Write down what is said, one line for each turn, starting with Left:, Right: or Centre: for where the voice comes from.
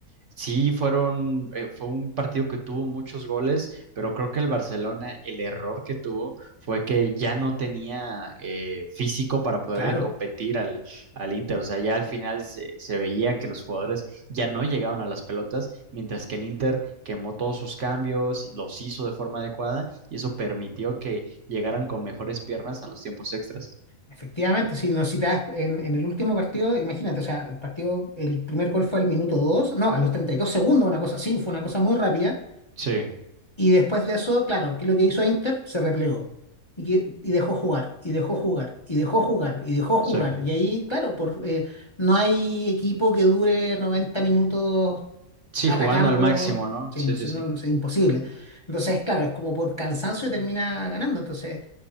Right: sí fueron, eh, fue un partido que tuvo muchos goles, pero creo que el Barcelona, el error que tuvo fue que ya no tenía eh, físico para poderle
Left: Claro,
Right: competir al, al Inter. O sea, ya al final se, se veía que los jugadores ya no llegaban a las pelotas, mientras que el Inter quemó todos sus cambios, los hizo de forma adecuada y eso permitió que llegaran con mejores piernas a los tiempos extras.
Left: efectivamente. Si, no, si te das- en, en el último partido, imagínate, o sea, el partido, el primer gol fue al minuto 2, no, a los 32 segundos, una cosa así, fue una cosa muy rápida.
Right: Sí,
Left: Y después de eso, claro, ¿qué es lo que hizo Inter? Se replegó y, que- y dejó jugar, y dejó jugar, y dejó jugar, y dejó jugar.
Right: sí.
Left: Y ahí, claro, por, eh, no hay equipo que dure 90 minutos
Right: Sí,
Left: atacando,
Right: jugando al máximo, ¿no?
Left: sí,
Right: Sí,
Left: no,
Right: sí,
Left: sé,
Right: sí.
Left: no- no sé, imposible. Entonces, claro, es como por cansancio termina ganando. Entonces,